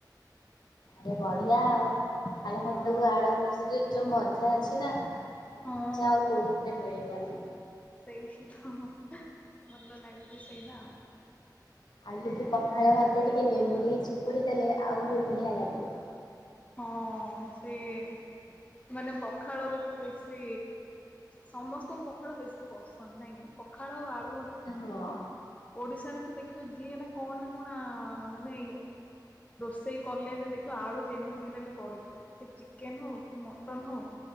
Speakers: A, on the left (about 70°); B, on the left (about 20°).
A: ଆରେ ବଢିଆ ଆଉ ପଖାଳ
B: ହଁ
A: ଭାତକୁ ଆଳୁ ଭଯା ରେ ଯୋଉ ମଜା ଅଛି ନା
B: ହଁ
A: ମଜା ଆଉ କୋଉଥିରେ ମିଳିବନି।
B: ସେଇ ତ ଭଲ ଲାଗୁଚି ସେଇଟା ଆଉ।
A: ଆଉ ଯଦି ପଖାଳ ଭାତ ଟିକେ ଲେମ୍ବୁ ଟିକେ ଚିପୁଡି ଦେଲେ ଆହୁରି ବଢିଆ ଲାଗେ।
B: ହଁ ସିଏ ମାନେ ପଖାଳରେ ତ ବେଶୀ ସମସ୍ତଙ୍କୁ ପଖାଳ ବେଶୀ ପସନ୍ଦ ନାଇଁ କି ପଖାଳ ଆଉ ଆଳୁ
A: ହଁ
B: ଓଡିଶାରେ ତ ଦେଖିବ ଯିଏ ନା କଣ ନା କଣ ମାନେ ଇ ରୋଷେଇ କଲେ ହେଲେ ଦେଖିବ ଆଳୁ ଯେମିତି ହେଲେ ପଡିଥିବ ସେ ଚିକେନ ହଉ କି ମଟନ ହଉ